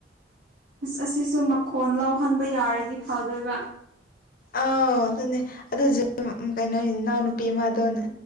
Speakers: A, on the right (about 75°); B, on the left (about 55°).
A: ꯑꯁ ꯑꯁꯤꯁꯨ ꯃꯈꯣꯟ ꯂꯧꯍꯟꯕ ꯌꯥꯔꯗꯤ ꯐꯗꯕ
B: ꯑꯥꯎ ꯑꯗꯨꯅꯦ ꯑꯗꯨꯁꯨ ꯀꯩꯅꯣ ꯏꯅꯥꯎ ꯅꯨꯄꯤꯃꯥꯗꯣꯅꯦ